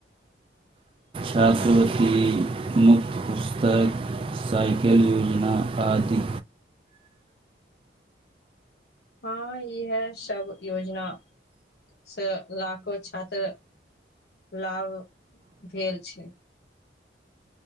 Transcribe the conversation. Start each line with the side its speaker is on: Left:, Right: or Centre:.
Right: छात्रवृत्ति, मुफ्त पुस्तक, साइकिल योजना, आदि।
Left: हँ, इहएसब योजनासे लाखों छात्र लाभ भेल छै।